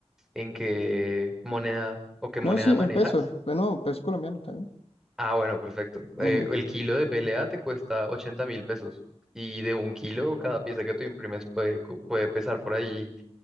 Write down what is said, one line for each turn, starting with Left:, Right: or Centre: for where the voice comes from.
Centre: en qué moneda o qué moneda
Left: No, sí,
Centre: manejas.
Left: en pesos, pero no, pesos colombianos también.
Centre: Ah, bueno, perfecto.
Left: Ujú.
Centre: Eh, el kilo de PLA te cuesta ochenta mil pesos y de un kilo cada pieza que tú imprimes puede, co- puede pesar por ahí